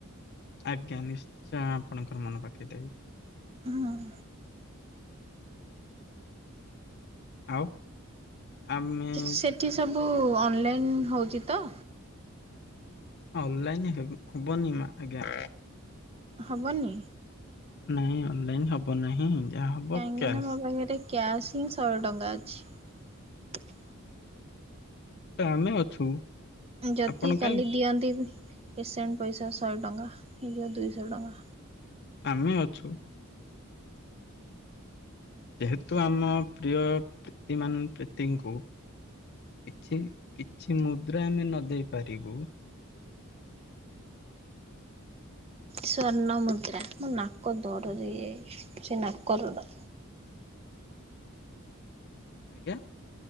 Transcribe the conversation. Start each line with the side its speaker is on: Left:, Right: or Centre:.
Left: ଆଜ୍ଞା ନିଶ୍ଚୟ ଆପଣଙ୍କର ମନ ପକେଇ ଦେବି।
Right: ହୁଁ।
Left: ଆଜ୍ଞା। ଆଉ। ଆମେ
Right: ସେଠି
Left: ଆମ
Right: ସବୁ ଅନଲାଇନ୍ ହଉଛି ତ?
Left: ଅନଲାଇନ ହେବ- ହବନି ମା ଆଜ୍ଞା।
Right: ହବନି?
Left: ନାଇଁ ଅନଲାଇନ ହବ ନାହିଁ। ଯାହା ହବ
Right: କାହିଁକି
Left: କ୍ୟାସ୍
Right: ନା ମୋ ପାଖରେ କ୍ୟାସ୍ ହିଁ ଶହେ ଟଙ୍କା ଅଛି।
Left: ତ ଆମେ ଅଛୁ।
Right: ଯଦି
Left: ଆପଣ
Right: କାଲି
Left: କାହିଁ
Right: ଦିଅନ୍ତି ପେସେଣ୍ଟ ପଇସା ଶହେ ଟଙ୍କା ଏଘ୍ର ଦୁଇଶହ ଟଙ୍କା।
Left: ଆମେ ଅଛୁ। ଯେହେତୁ ଆମ ପ୍ରିୟ ପ୍ରୀତିମାନ ପ୍ରୀତିଙ୍କୁ କିଛି କିଛି ମୁଦ୍ରା ଆମେ ନ ଦେଇ ପାରିବୁ
Right: ସ୍ଵର୍ଣ୍ଣ ମୁଦ୍ରା ମୁଁ ନାକ ଦରଜ ହେଇ ଯାଇଚି ସେ ନାକ ର
Left: ଆଜ୍ଞା?